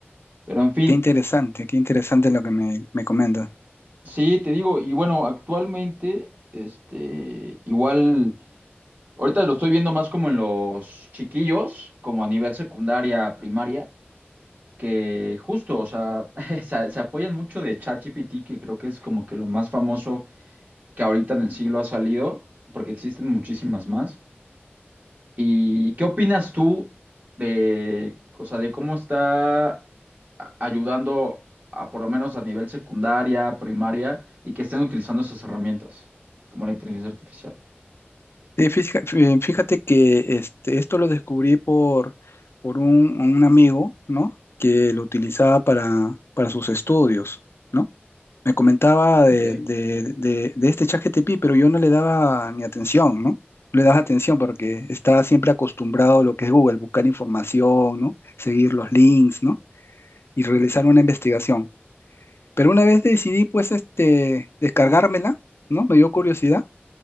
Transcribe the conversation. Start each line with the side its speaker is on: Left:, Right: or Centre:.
Right: Pero en fin,
Left: Qué interesante, qué interesante lo que me, me comentas.
Right: sí, te digo, y bueno, actualmente, este, igual, ahorita lo estoy viendo más como en los chiquillos, como a nivel secundaria, primaria, que justo, o sea, <laughs> se, se apoyan mucho de ChatGPT, que creo que es como que lo más famoso que ahorita en el siglo ha salido, porque existen muchísimas más. ¿Y qué opinas tú de, o sea, de cómo está a- ayudando a, por lo menos a nivel secundaria, primaria, y que estén utilizando esas herramientas, como la inteligencia artificial?
Left: Sí, fija- fí- Fíjate que este, esto lo descubrí por, por un, un amigo, ¿no? Que lo utilizaba para, para sus estudios, ¿no? Me comentaba de,
Right: Ok.
Left: de, de, de este ChatGPT, pero yo no le daba ni atención, ¿no? No le daba atención porque estaba siempre acostumbrado a lo que es Google, buscar información, ¿no? Seguir los links, ¿no? Y realizar una investigación. Pero una vez decidí, pues, este, descargármela, ¿no? Me dio curiosidad